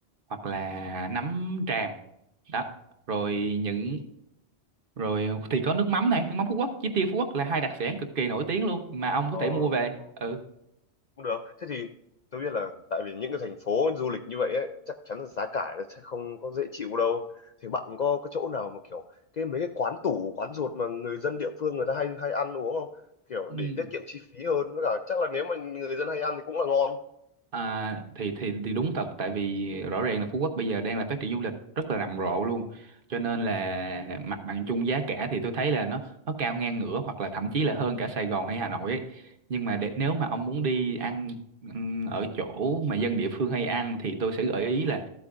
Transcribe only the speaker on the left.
Ờ,
ờ,
cũng được. Thế thì tôi biết là tại vì những cái thành phố du lịch như vậy ấy, chắc chắn là giá cả nó sẽ không có dễ chịu đâu. Thì bạn có cái chỗ nào mà kiểu cái mấy cái quán tủ, quán ruột mà người dân địa phương người ta hay hay ăn uống không? Kiểu
để tiết kiệm chi phí hơn. Với cả chắc là nếu mà người dân hay ăn thì cũng là ngon.